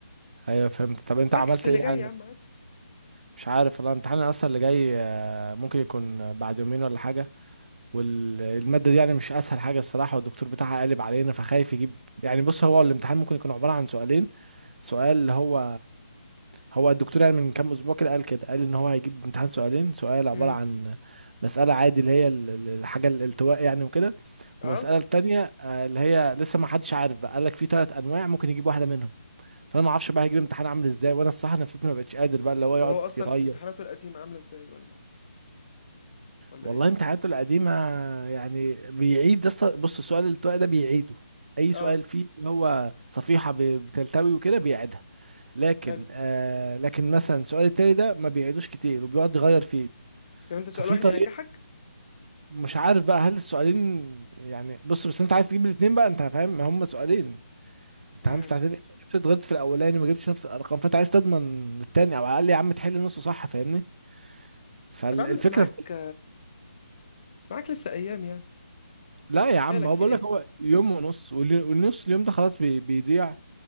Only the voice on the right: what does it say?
ايوه فهمت طب انت
عملت
ايه
يعني
مش عارف والله الامتحان اصلا اللي جاي آه، ممكن يكون بعد يومين ولا حاجه والماده دي يعني مش اسهل حاجه الصراحه والدكتور بتاعها قالب علينا فخايف يجيب يعني بص هو الامتحان ممكن يكون عباره عن سؤالين سؤال اللي هو هو الدكتور يعني من كام اسبوع كده قال كده قال ان هو هيجيب امتحان سؤالين سؤال عباره
عن مساله عادي اللي هي ال- ال- الحاجه الالتواء يعني وكده
ومساله التانية آه، اللي هي لسه ما حدش عارف بقى قال لك في ثلاث انواع ممكن يجيب واحده منهم فانا ما اعرفش بقى هيجيب امتحان عامل ازاي وانا الصراحه نفسيتي ما بقتش قادر بقى اللي هو يقعد
يغير
والله
امتحاناته القديمه يعني بيعيد زي الص- بص السؤال الالتواء ده بيعيده اي
سؤال فيه اللي هو صفيحه ب- بتلتوي وكده بيعيدها لكن
آه لكن مثلا السؤال التاني ده ما بيعيدوش كتير وبيقعد يغير فيه
ففي
طريقة
مش عارف بقى هل السؤالين يعني بص بس انت عايز تجيب الاتنين بقى انت فاهم هم سؤالين امتحان
بساعتين افرض غلطت في الاولاني ما جبتش نفس الارقام فانت عايز تضمن التاني او على الاقل يا عم تحل نصه صح فاهمني فالفكرة
في...
لا يا عم
هو
بقول
لك هو يوم ونص والي- والنص اليوم ده خلاص بي... بيضيع